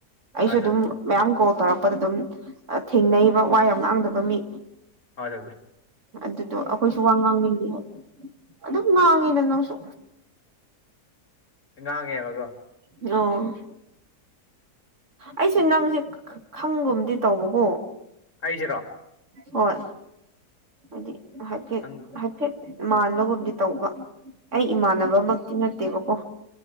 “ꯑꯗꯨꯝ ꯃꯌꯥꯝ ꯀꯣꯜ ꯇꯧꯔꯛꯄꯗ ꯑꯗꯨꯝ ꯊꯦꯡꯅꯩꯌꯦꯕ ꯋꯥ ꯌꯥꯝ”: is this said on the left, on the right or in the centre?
Right